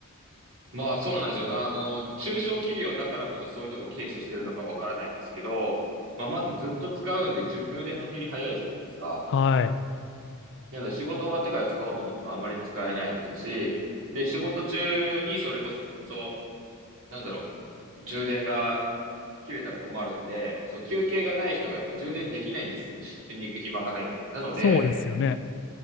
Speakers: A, on the right; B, on the left.
A: まあそうなんですよな。あの、中小企業だからこそそういうとこ軽視してるのかわからないですけど、まあまずずっと使うんで充電の減り早いじゃないですか。
B: はい。
A: なので仕事終わってから使おうと思ってもあまり使えないですし、で、仕事中にそれこそ、なんだろう、充電が切れたら困るんで、そう、休憩がない人がやっぱ充電できないんですよ。しに行く暇がないんで。なので、
B: そうですよね。